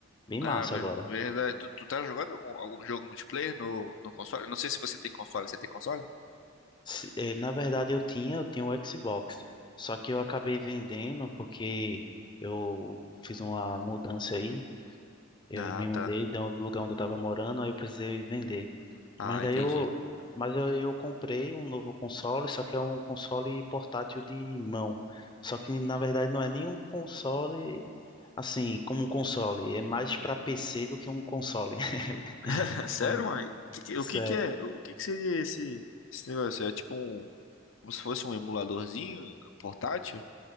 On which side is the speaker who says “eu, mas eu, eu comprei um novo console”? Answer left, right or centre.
Left